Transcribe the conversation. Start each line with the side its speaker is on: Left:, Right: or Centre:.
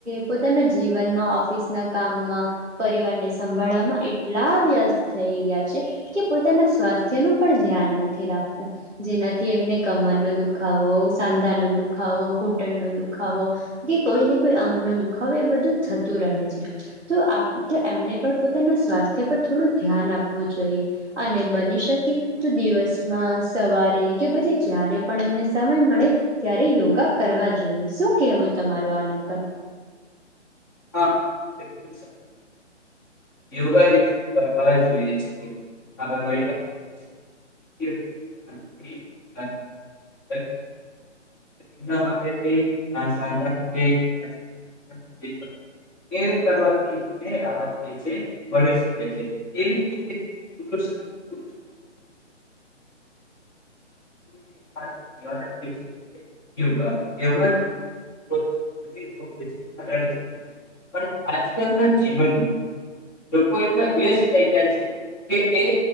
Centre: પોતાના જીવનમાં ઓફિસના કામમાં, પરિવારને સંભાળવામાં એટલા વ્યસ્ત થઈ ગયા છે કે પોતાના સ્વાસ્થ્યનું પણ ધ્યાન નથી રાખતા જેનાથી એમને કમરનો દુખાવો સાંધાનો દુખાવો ઘૂંટણનો દુખાવો, કે કોઈને કોઈ અંગનો દુખાવો, એ બધું થતું રહે છે તો આપ એમણે પણ પોતાના સ્વાસ્થ્ય પર થોડું ધ્યાન આપવું જોઈએ, અને બની શકે તો દિવસમાં સવારે કે પછી જ્યારે પણ એમને સમય મળે ત્યારે યોગા કરવા જોઈએ શું કેવું તમારું આના પર.
Left: <inaudible> <inaudible> <inaudible> લોકો એટલા વ્યસ્ત થઈ ગયા છે કે એ